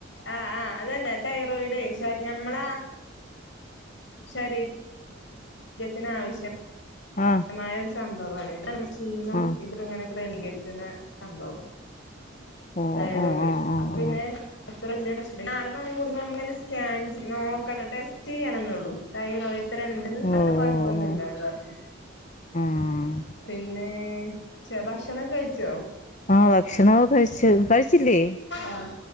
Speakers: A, on the left; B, on the left.
A: ആഹ് ആഹ് അതല്ല തൈറോയിഡ് ശ നമ്മള ശരീ രത്തിന് ആവശ്യ
B: ആഹ്
A: മായ ഒരു സംഭവാണ്. <unintelligible>
B: ആഹ്
A: ഇതങ്ങനെ ക്രമീകരിച്ച്ണ സംഭവം
B: ഓ
A: തൈറോയ്ഡ്
B: ഓ ആഹ് ആഹ്
A: അപ്പൊ
B: ആഹ്
A: ന്നെ അത്ര വല്യ പ്രശ്നല്ല. ആറ് മാസം കൂടുമ്പോ നമ്മള് ങ്ങനെ സ്കാൻ നോക്കണം ടെസ്റ്റ് ചെയ്യണന്നുള്ളൂ തൈറോയ്ഡ് എത്ര ണ്ട് ന്ന്
B: ഓ
A: അത് കൊഴപ്പൊന്നുംല്ലാന്ന്
B: ഓ
A: പർഞ്ഞു.
B: ആഹ്
A: പിന്നെ ച ഭക്ഷണം കഴിച്ചോ?
B: ആഹ് ഭക്ഷണമൊക്കെ കഴിച്ചു കഴിച്ചില്ലേ?
A: ആഹ്